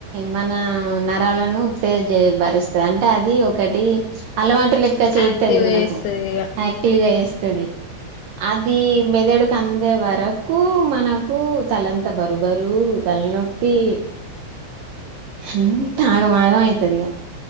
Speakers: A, on the right (about 80°); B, on the left (about 80°).
A: మన నరాలను ఉత్తేజ బరుస్తుంది అంటే అది ఒకటి అలవాటు లెక్క చేత్తది
B: యాక్టివ్
A: మనకు
B: చేస్తది ఇగ
A: యాక్టివ్ గా ఉంటదిఅది మెదడుకి అందే వరకు మనకు తలంత బరు బరువు తలనొప్పి అంతత ఆగం ఆగం అయితది ఇగా